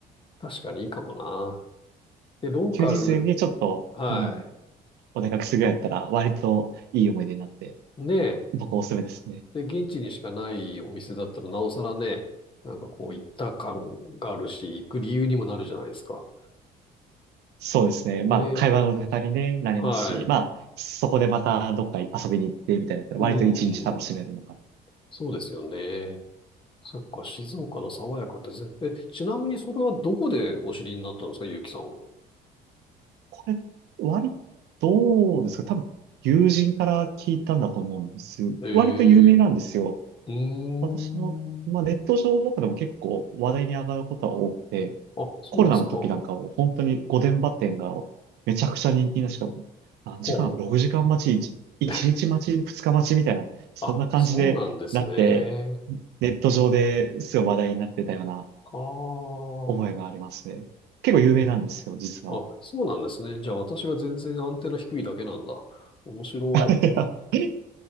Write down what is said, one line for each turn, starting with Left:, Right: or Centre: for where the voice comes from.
Left: 確かにいいかもな。で、ローカル、
Right: 休日でちょっと、
Left: は
Right: うん、お出かけするぐらいだったら、割といい思い出になって、
Left: い。ね
Right: 僕おすすめですね。
Left: え。で、現地にしかないお店だったらなおさらね、なんかこう行った感があるし、行く理由にもなるじゃないですか。
Right: そうですね。まあ、
Left: ね
Right: 会話のネタに、ね、なりますし、
Left: はい。
Right: まあ、そこでまたどっか遊びに行ってみたいなったら、
Left: うん。
Right: 割と一日楽しめるのかな。
Left: そうですよね。そっか、静岡の爽やかってぜ、え、ちなみにそれはどこでお知りになったんですか、ゆうきさんは。
Right: これ、割、どうですか多分、友人から聞いたんだと思うんです。
Left: ええ
Right: 割と有名なんですよ。
Left: うーん。
Right: 私も、まあ、ネット上とかでも結構話題に上がることは多くて、
Left: あ、そうですか。
Right: コロナの時なんかも本当に御殿場店がめちゃくちゃ人気な、しかも何時間、
Left: ほ
Right: 6時間待ち、1日待ち、
Left: う。
Right: 2日待ちみたいな、
Left: <laughs>
Right: そんな感じでなって、
Left: あ、そうなんですね。
Right: ネット上ですごい話題になってたような
Left: は
Right: 覚えがありますね。結構有名なんですよ、実は。
Left: あ。あ、そうなんですね。じゃあ私が全然アンテナ低いだけなんだ。面白い。
Right: <laughs>